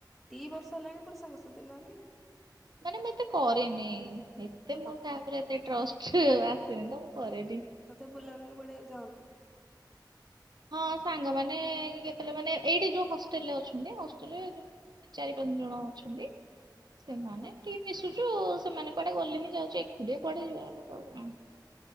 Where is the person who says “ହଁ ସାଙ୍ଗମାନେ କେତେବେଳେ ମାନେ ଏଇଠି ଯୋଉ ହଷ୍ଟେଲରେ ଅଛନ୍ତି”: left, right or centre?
Right